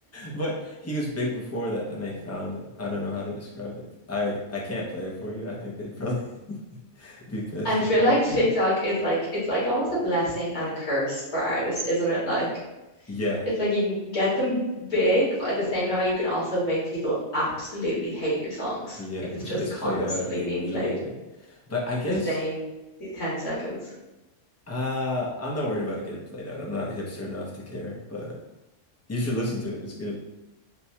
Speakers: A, on the left; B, on the left.
A: But he was big before that, then they found him. I don't know how to describe it. I I can't play it for you. I think they'd probably <laughs> be pissed
B: I
A: if
B: feel
A: I
B: like TikTok is like it's like almost a blessing and a curse for artists, isn't it? Like
A: Yeah.
B: it's like you can get them big, but at the same time you can also make people absolutely hate your songs
A: Yeah,
B: if
A: because
B: it's just
A: it gets
B: constantly
A: played out immediately.
B: being played
A: But I guess
B: the same the 10 seconds.
A: uh I'm not worried about it getting played out. I'm not hipster enough to care, but you should listen to it. It's good.